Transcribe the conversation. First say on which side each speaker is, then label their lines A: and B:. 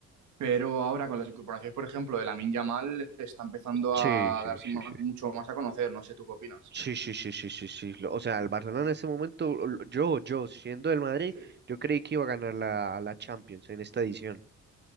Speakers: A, on the right; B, on the right.
A: pero ahora con las incorporaciones, por ejemplo, de Lamine Yamal está empezando
B: sí,
A: a
B: sí,
A: darse más,
B: sí, sí.
A: mucho más a conocer. No sé, ¿tú qué opinas?
B: Sí, sí, sí, sí, sí, sí. Lo- O sea, el Barcelona en ese momento, lo- lo- yo, yo, siendo del Madrid,
A: Sí.
B: yo creí que iba a ganar la, la Champions en esta edición.